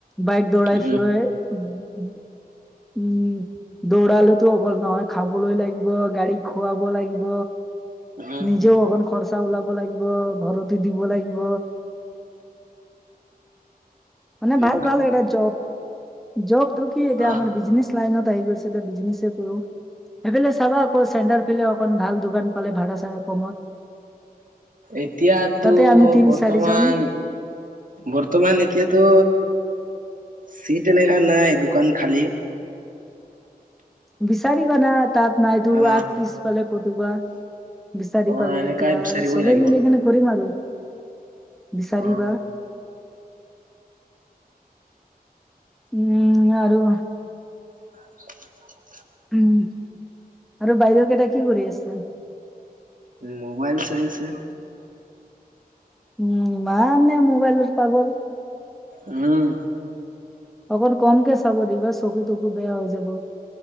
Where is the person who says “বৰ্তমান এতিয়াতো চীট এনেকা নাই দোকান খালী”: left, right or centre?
Right